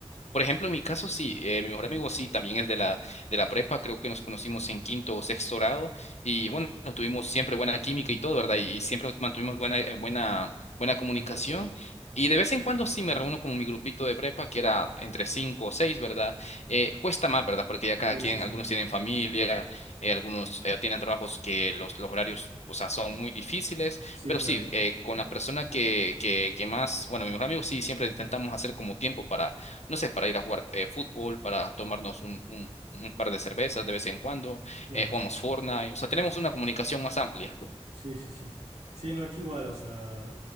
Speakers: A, on the left (about 80°); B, on the right (about 80°).
A: Por ejemplo, en mi caso, sí, eh, mi mejor amigo sí, también es de la, de la prepa, creo que nos conocimos en quinto o sexto grado y bueno, tuvimos siempre buena química y todo, ¿verdad? Y, y siempre mantuvimos buena, eh, buena, buena comunicación.
B: Comunicación.
A: Y de vez en cuando sí me reúno con mi grupito de prepa, que era entre cinco o seis, ¿verdad? Eh, cuesta más, ¿verdad? Porque ya cada
B: Sí,
A: quien,
B: sí, sí.
A: algunos tienen familia, eh, algunos eh, tienen trabajos que los, los horarios, o sea, son muy difíciles.
B: Sí,
A: Pero
B: claro,
A: sí, eh, con la persona que, que, que más, bueno, mi mejor amigo sí, siempre intentamos hacer como tiempo para no sé, para ir a jugar eh, fútbol, para tomarnos un, un- un par de cervezas de vez en cuando,
B: claro.
A: eh, jugamos Fortnite, o sea, tenemos una comunicación más amplia.
B: Sí, sí, sí. Sí, no, aquí igual, o sea,